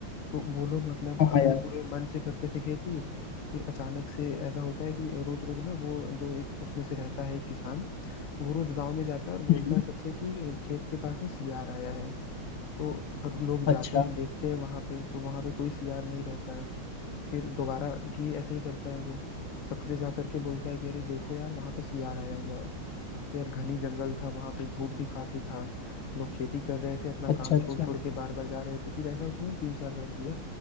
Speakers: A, on the left; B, on the left.
A: तो वो लोग मतलब
B: हाँ
A: अपने
B: हाँ यार
A: पूरे मन से करते थे खेती फिर अचानक से ऐसा होता है कि रोज रोज ना वो जो एक उसमें से रहता है एक किसान वो रोज गांव में जाता है और बोलता
B: हम्म,
A: है सबसे कि खेत के पास ना सियार आया है तो लोग जाते
B: अच्छा
A: हैं देखते हैं वहां पे तो वहां पे कोई सियार नहीं रहता है फिर दोबारा भी ऐसे ही करता है वो सबसे जा करके बोलता है कि अरे देखो यार वहां पे सियार आया हुआ है तो यार घनी जंगल था वहां पे धूप भी काफी था लोग खेती कर रहे थे अपना
B: अच्छा
A: काम छोड़
B: अच्छा
A: छोड़ के बार बार जा रहे थे फिर ऐसा उसने तीन चार बार किया